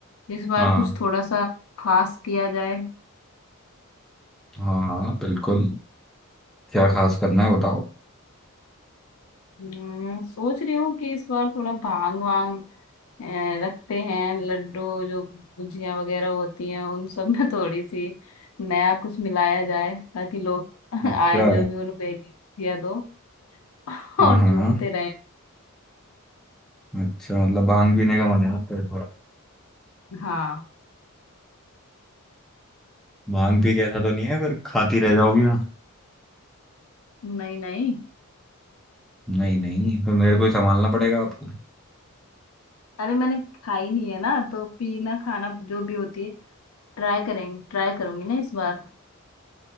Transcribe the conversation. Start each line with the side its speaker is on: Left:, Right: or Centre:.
Left: इस बार
Centre: हाँ
Left: कुछ थोड़ा सा खास किया जाए
Centre: हाँ हाँ बिल्कुल क्या खास करना है बताओ
Left: हम्म, सोच रही हूँ कि इस बार थोड़ा भांग वांग अ, रखते हैं लड्डू जो गुजिया वगैरह होती हैं उन सब में थोड़ी सी नया कुछ मिलाया जाए ताकि लोग <laughs>
Centre: अच्छा
Left: आए जो भी उनको एक एक गुजिया दो <laughs>
Centre: हाँ
Left: और
Centre: हाँ
Left: झूमते रहे
Centre: अच्छा मतलब भांग पीने का मन है आपका इस बार
Left: हाँ
Centre: भांग पी के ऐसा तो नहीं है फिर खाती रह जाओगी आप
Left: नहीं नहीं
Centre: नहीं नहीं फिर मेरे को ही संभालना पड़ेगा आपको
Left: अरे मैंने खाई नहीं है ना तो पीना खाना जो भी होती है ट्राई करेंगे ट्राई करूंगी ना इस बार